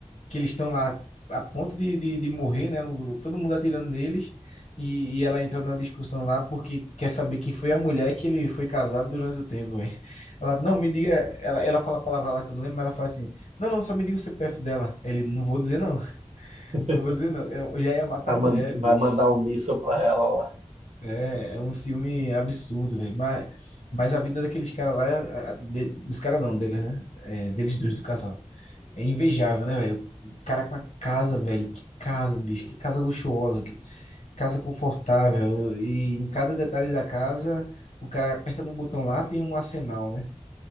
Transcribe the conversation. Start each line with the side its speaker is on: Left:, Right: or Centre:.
Left: que eles estão lá a ponto de, de, de morrer, né? O- todo mundo atirando neles. E, e ela entra numa discussão lá porque quer saber quem foi a mulher que ele foi casado durante o tempo. véi. Ela, não, me diga. Ela, ela fala a palavra lá que eu não lembro, mas ela fala assim: não, não, só me diga o CPF dela. Ele, não vou dizer não, <laughs>
Right: <laughs>
Left: não vou dizer não. Eu já ia matar
Right: Vai
Left: a
Right: man-
Left: mulher,
Right: vai
Left: bicho.
Right: mandar um míssil pra ela lá.
Left: É, é um ciúme absurdo, velho. Mas, mas a vida daqueles caras lá, a- a- de- dos caras não, deles, né? É, deles dois do casal. É invejável, né, velho? O cara com uma casa, velho. Que casa, bicho. Que casa luxuosa. Que casa confortável. E em cada detalhe da casa, o cara aperta no botão lá, tem um arsenal, né?